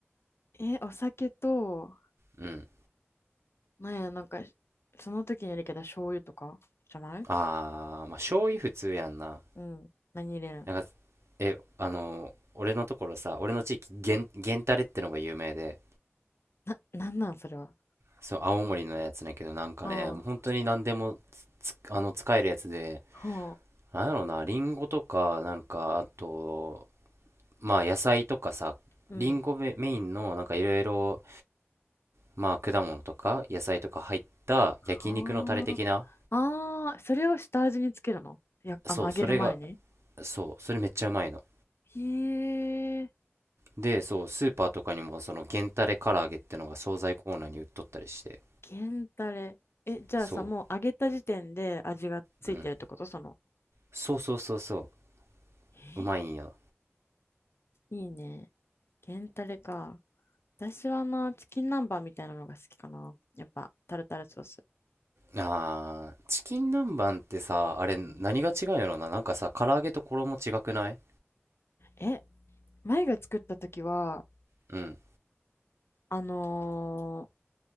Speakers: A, on the left; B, on the right.
A: え、お酒と、
B: うん
A: なんや、なんか、その時によるけど、醤油とかじゃない
B: ああまあ醤油普通やんな
A: うん。何入れるん
B: なんかえあのー俺のところさ俺の地域源源タレってのが有名で
A: な、なんなん、それは。
B: そう青森のやつだけどなんかねもう本当に何でも
A: ほう。
B: あの使えるやつで
A: ほ
B: なんやろなリンゴとかなんかあとまあ野菜とかさリンゴメメインのなんかいろいろ
A: う。うん。
B: まあ果物とか野菜とか入った焼肉のタレ的な
A: はあ。ああ、それを下味につけるのいや、あの、
B: そうそれが
A: 揚げる前に
B: そうそれめっちゃうまいの
A: へえ、
B: で、そう、スーパーとかにもその原タレ唐揚げってのが惣菜コーナーに売っとったりして、
A: 源たれ。え、じゃあさ、
B: そ
A: もう揚げた時点で味がついてるってことその。
B: う、うん。そうそうそうそ
A: え
B: う、うまいんや。
A: いいね。源たれか。私はな、チキン南蛮みたいなのが好きかな。やっぱ、タルタルソース。
B: あー、チキン南蛮ってさ、あれ何が違うんやろな。
A: うん、
B: なんかさ、唐揚げと衣違くない
A: え、前が作った時は、
B: うん、
A: あの